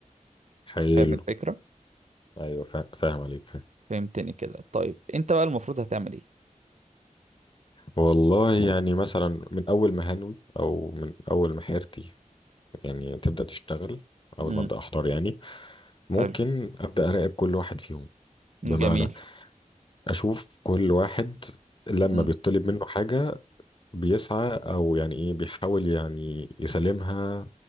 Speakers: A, on the left (about 40°); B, on the right (about 60°).
A: حلو
B: فاهم الفكرة
A: ايوه فا- فاهم عليك فاهم
B: فهمتني كده طيب انت بقى المفروض هتعمل ايه
A: والله يعني مثلا من اول ما هنوي او من اول ما حيرتي يعني تبدا تشتغل اول
B: امم
A: ما ابدا احضر يعني ممكن
B: حلو
A: ابدا اراقب كل واحد فيهم بمعنى
B: جميل
A: اشوف كل واحد لما
B: امم
A: بيطلب منه حاجة بيسعى او يعني ايه بيحاول يعني يسلمها